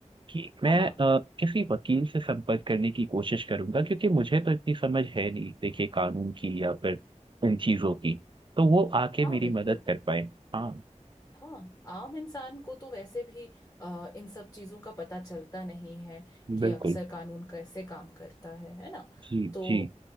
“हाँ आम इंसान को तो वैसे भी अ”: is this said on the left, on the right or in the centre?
Left